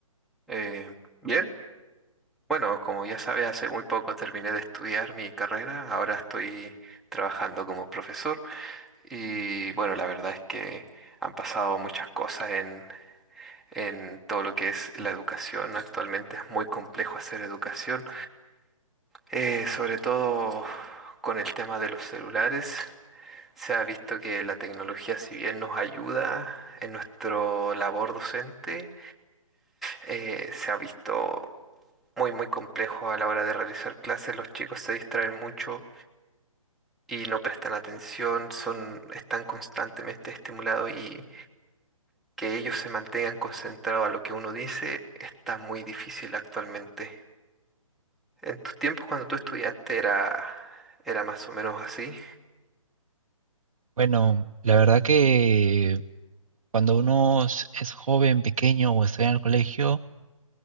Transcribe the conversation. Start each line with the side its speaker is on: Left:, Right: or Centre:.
Centre: Eh, bien, bueno, como ya sabes, hace muy poco terminé de estudiar mi carrera, ahora estoy trabajando como profesor y bueno, la verdad es que han pasado muchas cosas en, en todo lo que es la educación. Actualmente es muy complejo hacer educación. Eh, sobre todo con el tema de los celulares, se ha visto que la tecnología, si bien nos ayuda en nuestro labor docente, eh, se ha visto muy, muy complejo a la hora de realizar clases. Los chicos se distraen mucho y no prestan atención, son, están constantemente estimulados y que ellos se mantengan concentrados a lo que uno dice está muy difícil actualmente. En tus tiempos cuando tú estudiaste era, era más o menos así,
Right: Bueno, la verdad que cuando uno es es joven, pequeño o está en el colegio,